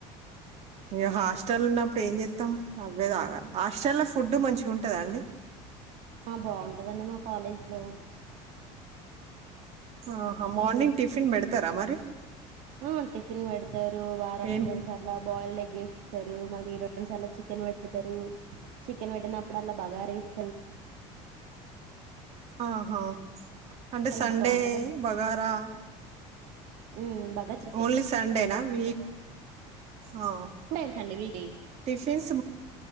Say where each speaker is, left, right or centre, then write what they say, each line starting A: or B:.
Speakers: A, on the right; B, on the right.
A: ఇగ హాస్టల్ ఉన్నప్పుడు ఏం చెత్తం అవే తాగాల హాస్టల్ లో ఫుడ్ మంచిగా ఉంటదండి
B: ఆ బాగుంటదండీ మా కాలేజ్ లో
A: ఆహా మార్నింగ్
B: నేను
A: టిఫిన్ బెడతారా మరి
B: ఆ టిఫిన్ పెడతారు వారానికి
A: ఏం
B: రెండు సార్ల బాయిల్డ్ ఎగ్ ఏస్తరు మళ్ళీ రెండు సార్ల చికెన్ పెడతరు చికెన్ వెట్టినప్పుడల్ల బగార రైస్
A: ఆహా అంటే
B: చాలా
A: సండే
B: బాగుంటదండి
A: బగారా
B: ఉమ్ బగా చికెన్
A: ఓన్లీ సండే సన్డేనా వీక్ ఆ
B: టూ టైమ్స్ అండి weekly
A: tiffins